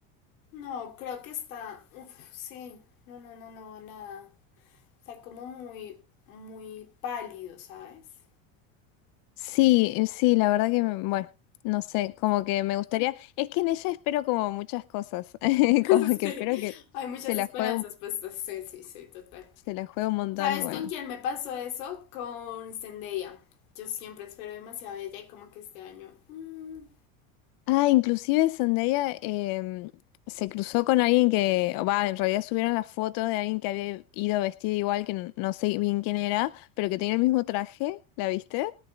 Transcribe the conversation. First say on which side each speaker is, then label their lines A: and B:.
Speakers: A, on the left; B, on the left.
A: No, creo que está, uf, sí, no, no, no, no, nada. Está como muy, muy pálido, ¿sabes?
B: Sí, eh, sí, la verdad que, mm, bueno, no sé, como que me gustaría, es que en ella espero como muchas cosas, <laughs>
A: <laughs>
B: como que
A: Sí,
B: espero que
A: hay muchas
B: se la
A: esperanzas
B: juegue, un-
A: puestas. Sí, sí, sí, total.
B: se la juegue un montón
A: ¿Sabes
B: y bueno.
A: con quién me pasó eso? Con Zendaya. Yo siempre espero demasiado de ella y como que este año... mm,
B: Ah, inclusive Zendaya em, se cruzó con alguien que, o va, en realidad subieron la foto de alguien que había ido vestido igual, que n- no sé bien quién era, pero que tenía el mismo traje, ¿la viste?